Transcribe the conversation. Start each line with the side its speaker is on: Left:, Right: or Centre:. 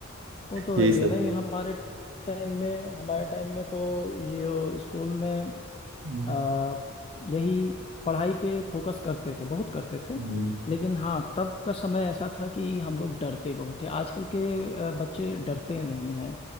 Left: वो तो
Right: यही
Left: है ही
Right: सब
Left: है ना ये हमारे टाइम में हमारे टाइम में तो ये जो स्कूल में
Right: हम्म,
Left: आ, यही पढ़ाई पे फोकस करते थे बहुत करते थे
Right: हम्म,
Left: लेकिन हाँ तब का समय ऐसा था कि हम लोग डरते बहुत थे आजकल के आ, बच्चे डरते नहीं हैं